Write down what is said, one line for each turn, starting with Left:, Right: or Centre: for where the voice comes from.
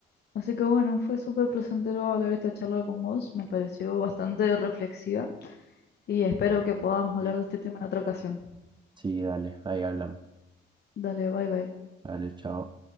Left: Así que bueno, fue súper placentero hablar esta charla con vos, me pareció bastante reflexiva y espero que podamos hablar
Right: Sí,
Left: de este tema en otra ocasión.
Right: Sí, dale, ahí hablamos.
Left: Dale, bye bye.
Right: Vale, chao.